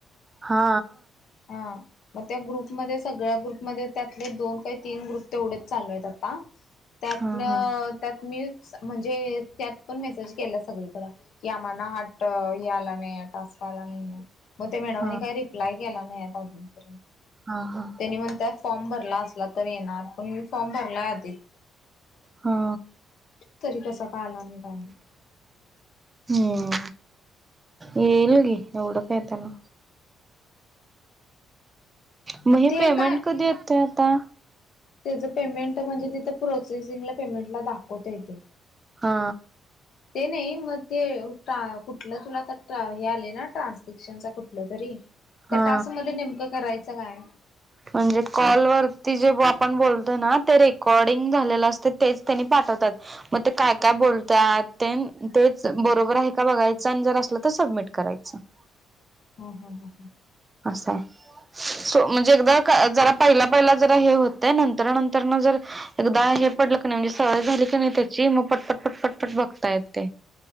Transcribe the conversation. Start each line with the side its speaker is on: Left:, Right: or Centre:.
Right: हा
Left: हा मग त्या ग्रुपमध्ये सगळ्या ग्रुपमध्येध्ये त्यातले दोन काही तीन ग्रुप तेवढेच चालू आहेत आता त्यातन
Right: हा हा
Left: त्यात मी म्हणजे त्यात पण मेसेज केला सगळीकडं की आम्हाना हाट आला नाही टास्क आला नाहीय मग त्या मेडवानी
Right: हा
Left: काय रिप्लाय ला नाही अजूनर्यंतनी
Right: हा हा
Left: म्हण त्या फॉर्म भरला असला तर येणार पण मी फॉर्म भरला आधी
Right: हा
Left: तरी कसा कालाने काय
Right: हम्म येईल गी एवढं काय त्याला मग हे
Left: ते
Right: पेमेंट
Left: काय
Right: कधी येत आता
Left: त्याचं पेमेंट म्हणजे तिथं प्रोसेसिंगला पेमेंट ला दाखवत येेते
Right: हा
Left: ते नाही मग ते कुठलं तुला तर हे आले ना ट्रान्सेॅक्शनचा कुठलं तरी त्या
Right: हा
Left: टास्क मध्ये नेमकं करायचं काय
Right: म्हणजे कॉलवररती जे आपण बोलतो ना ते रेकॉर्डिंग झालेलं असते तेच त्यांनी पाठवतात मग ते काय काय बोलत ते तेच बरोबर आहे का बघायचं आणि जर असलं तर सबमिट करायचं <unintelligible>
Left: हो ह हो ह
Right: असं आहे सो म्हणजे एकदा जरा पहिला पहिला जरा हे होतय नंतर नंतर न जर एकदा हे पडलं का नाही म्हणजे सवय झाली की नाही त्याची मग पटपट पट पटपट बघतायेत ते